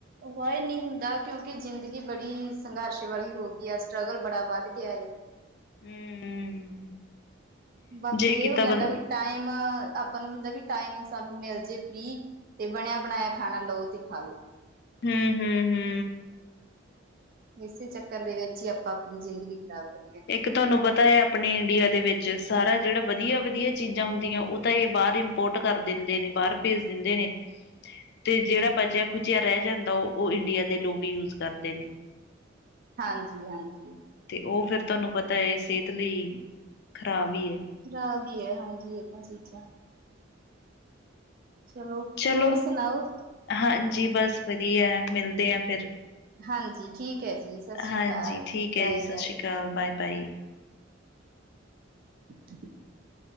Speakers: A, on the right; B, on the left.
A: ਅਵੋਈ ਨੀ ਹੁੰਦਾ ਕਿਉਂਕਿ ਜ਼ਿੰਦਗੀ ਬੜੀ ਸੰਘਰਸ਼ ਵਾਲੀ ਹੋ ਗੀ ਆ, ਸਟਰਗਲ ਬੜਾ ਵੱਧ ਗਿਆ ਏ‌।
B: ਹੂੰ।
A: ਬਾਕੀ
B: ਜੇ ਕੀਤਾ
A: ਏਹ ਹੋ ਜਾਂਦਾ
B: ਬੰ
A: ਵੀ ਟਾਈਮ ਆਪਾਂ ਨੂੰ ਹੁੰਦਾ ਵੀ ਟਾਈਮ ਸਾਨੂੰ ਮਿਲ ਜੇ ਫਰੀ। ਤੇ ਬਣਿਆ ਬਣਾਇਆ ਖਾਣਾ ਲਓ ਤੇ ਖਾਲੋ।
B: ਹੂੰ ਹੂੰ ਹੂੰ।
A: ਏਸੇ ਚੱਕਰ ਦੇ ਵਿੱਚ ਹੀ ਆਪਾਂ ਅਪਣੀ ਜ਼ਿੰਦਗੀ ਖ਼ਰਾਬ ਕਰੀ ਜਾ
B: ਇੱਕ ਤੁਹਾਨੂੰ ਪਤਾ ਹੈ ਆਪਣੇ ਇੰਡੀਆ ਦੇ ਵਿੱਚ ਸਾਰਾ ਜੇੜਾ ਵਧੀਆ-ਵਧੀਆ ਚੀਜ਼ਾਂ ਹੁੰਦੀਆਂ ਔ ਤਾਂ ਏ ਬਾਰ ਇੰਪੋਰਟ ਕਰ ਦੇੰਦੇ ਨੇ ਬਾਰ ਭੇਜ ਦਿੰਦੇ ਨੇ। ਤੇ ਜੇੜਾ ਬਚਿਆ ਖੁਚਿਆ ਰੈ ਜਾਂਦਾ, ਓਹ ਇੰਡੀਆ ਦੇ ਲੋਗ ਯੂਜ ਕਰਦੇ ਨੇ।
A: ਹਾਂਜੀ ਹਾਂਜੀ।
B: ਅਤੇ ਓਹ ਫੇਰ ਤੁਹਾਨੂੰ ਪਤਾ ਏ ਸੇਤ ਲਈ ਖਰਾਬ ਹੀ ਐ।
A: ਖਰਾਬ ਹੀ ਐ, ਹਾਂਜੀ ਏਹ ਤਾਂ ਚੀਜ਼ਾਂ। ਚਲੋ।
B: ਚਲੋ,
A: ਹੋਰ ਸੁਣਾਓ
B: ਹਾਂਜੀ ਬਸ ਵਧੀਐ, ਮਿਲਦੇ ਹਾ ਫੇਰ।
A: ਹਾਂਜੀ, ਠੀਕ ਹੈ ਜੀ। ਸਤਿ ਸ੍ਰੀ
B: ਹਾਂਜੀ,
A: ਅਕਾਲ
B: ਠੀਕ
A: ਬਾਏ
B: ਹੈ, ਜੀ ਸਤ
A: ਬਾਏ
B: ਸ਼੍ਰੀ ਕਾਲ, ਬਾਏ-ਬਾਏ।
A: <inaudible>